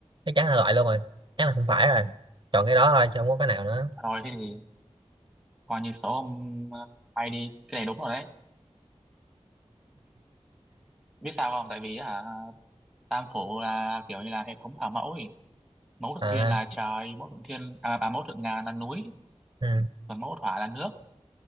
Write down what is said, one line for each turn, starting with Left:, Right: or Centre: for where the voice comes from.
Right: chắc chắn là loại luôn rồi chắc là không phải rồi chọn cái đó thôi chứ không có cái nào nữa
Centre: thôi thế thì coi như số ông ờ, bay đi cái này đúng rồi đấy biết sao không tại vì à, tam phủ là kiểu như là hệ thống thờ mẫu ấy mẫu thượng
Right: à
Centre: thiên là trời mẫu thượng thiên à, à mẫu thượng ngàn là núi
Right: ừ.
Centre: còn mẫu thỏa là nước